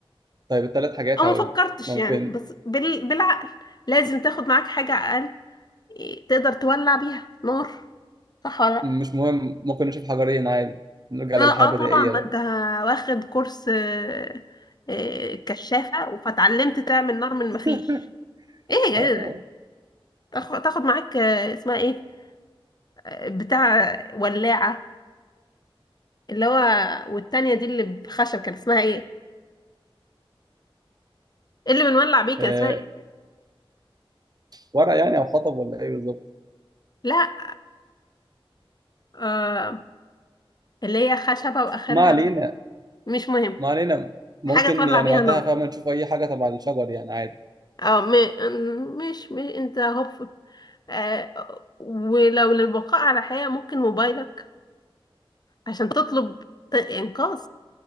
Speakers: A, on the right (about 45°); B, on the left (about 45°).
A: طيب الثلاث حاجات
B: او ما
A: هقول
B: فكرتش
A: لك ممكن
B: يعني بس بال... بالعقل لازم تاخد معاك حاجة اقل إيه، تقدر تولع بيها نار صح ولا لا
A: مش مهم ممكن نشوف حجرين عادي نرجع
B: اه
A: للحياه البدائيه
B: اه طبعا ما
A: بقى
B: انت واخد كورس آه، آه، كشافة فاتعلمت تعمل نار من
A: <laughs>
B: مفيش ايه يا
A: اه طبعا
B: جدع ده تاخ- تاخد معاك آه، اسمها ايه آه، بتاع ولاعة اللي هو والتانية دي اللي بخشب كان اسمها ايه اللي بنولع بيه كان
A: آه
B: اسمها ايه
A: ورق يعني او حطب ولا ايه بالظبط
B: لا آه اللي هي خشبة واخرها
A: ما علينا
B: مش مهم
A: ما علينا ممكن
B: حاجة تولع
A: يعني
B: بيها
A: وقتها
B: نار
A: فاهم نشوف اي حاجه تبع الشجر يعني عادي
B: اه م- مش مش انت هوب آه، ولو للبقاء على حياة ممكن موبايلك عشان تطلب ت- إنقاذ